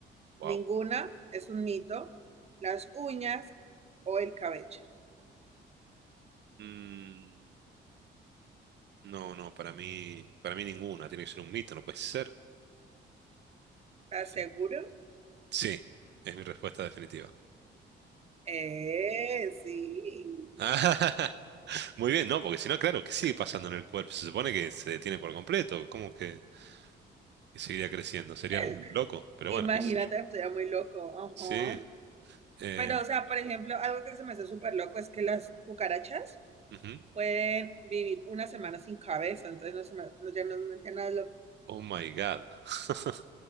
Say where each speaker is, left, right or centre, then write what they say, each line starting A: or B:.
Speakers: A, on the right; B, on the right.
A: Wow.
B: Ninguna es un mito. Las uñas o el cabello.
A: Mm, no, no, para mí, para mí ninguna. Tiene que ser un mito, no puede ser.
B: ¿Estás seguro?
A: Eh, Sí, es mi respuesta definitiva.
B: Eh, sí.
A: <laughs> Muy bien, no, porque si no, claro, que sigue pasando en el cuerpo. Se supone que se detiene por completo. ¿Cómo que, que seguiría creciendo? Sería
B: <laughs>
A: muy loco, pero
B: Imagínate,
A: bueno, qué sé yo.
B: estoy muy loco. Ajá.
A: Sí. eh,
B: Pero, o sea, por ejemplo, algo que se me hace súper loco es que las cucarachas
A: ujú.
B: pueden vivir una semana sin cabeza, entonces no se me, no, ya no, no- ya no es loco.
A: Oh my God. <laughs>